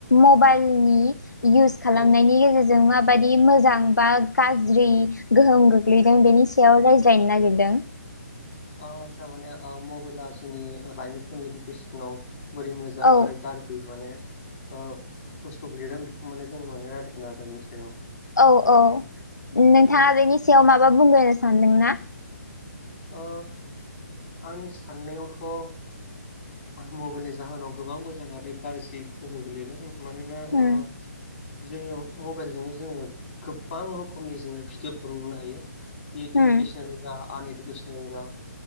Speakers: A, on the left (about 90°); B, on the left (about 40°).
A: मबाइलनि इउस खालामनायनि
B: औ
A: गेजेरजों माब बाददि मोजां बा गाज्रि गोहोम गोग्लैदों बेनि सायाव रायज्लायनो नागिरदों।
B: अ आचसा माने मबेला जोंनि लाइमोनफोरनि इडुकेसनाव बोरै मोजां
A: औ
B: आरो गार बै माने ओ बुस्थुखौ लिरदों बेखौ माने जों माने रायज्लायगोन बेनि सायाव।
A: औ औ नोंथाङा
B: औ
A: बेनि सायाव माबा बुंग्रोनो सानदोंना?
B: ओ आंनि साननायावथ'। मबाइलनि जाहोनाव गोबां मोजां आरो गाज्रि गोहो गोलैदों मानोना
A: होम
B: ओ जोङो मबाइलजोंनो जोङो गोबां रोखोमनि जोङो भिडिअफोर नुनो हायो। इ
A: होम
B: इदुकेसन जा आन इडुकेसनेल जा